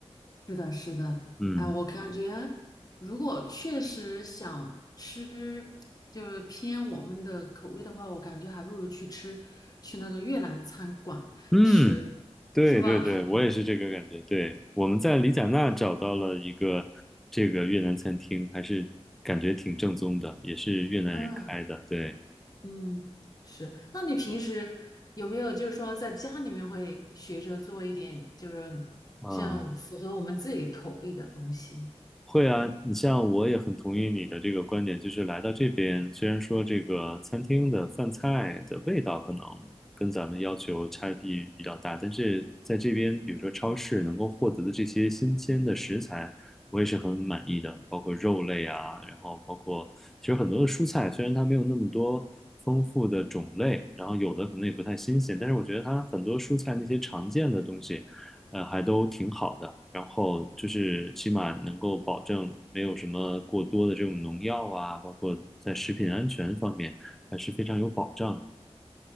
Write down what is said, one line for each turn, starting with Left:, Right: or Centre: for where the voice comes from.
Left: 是的，是的，
Centre: 嗯
Left: 哎，我感觉如果确实想吃，就是偏我们的口味的话，我感觉还不如去吃去那个越南餐馆吃，
Centre: 嗯，对对对，
Left: 是吧？
Centre: 我也是这个感觉。
Left: <laughs>
Centre: 对，我们在里贾纳找到了一个这个越南餐厅，还是感觉挺正宗的，也是越南人开的。
Left: 嗯
Centre: 对
Left: 嗯，是。那你平时有没有就是说在家里面会学着做一点，就是像符合我们自己口味的东西？
Centre: 啊，会啊，你像我也很同意你的这个观点，就是来到这边，虽然说这个餐厅的饭菜的味道可能跟咱们要求差异比较大，但是在这边，比如说超市能够获得的这些新鲜的食材，我也是很满意的，包括肉类啊，然后包括其实很多的蔬菜，虽然它没有那么多丰富的种类，然后有的可能也不太新鲜，但是我觉得它很多蔬菜那些常见的东西。呃，还都挺好的。然后就是起码能够保证没有什么过多的这种农药啊，包括在食品安全方面还是非常有保障的。